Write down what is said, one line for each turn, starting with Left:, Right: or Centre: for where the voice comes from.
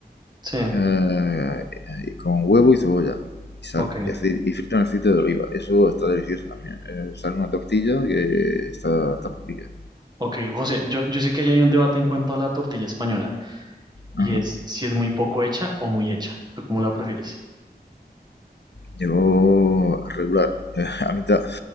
Right: sí.
Left: eh, y con huevo y cebolla, y sal,
Right: Ok,
Left: y, aceite, y frita en aceite de oliva. Eso está delicioso también. Eh, sale una tortilla que está, está muy rica.
Right: ok. José, yo, yo sé que allá hay un debate en cuanto a la tortilla española y
Left: Ajá.
Right: es si es muy poco hecha o muy hecha. ¿Tú cómo la prefieres?
Left: Llegó regular, eh, a mitad.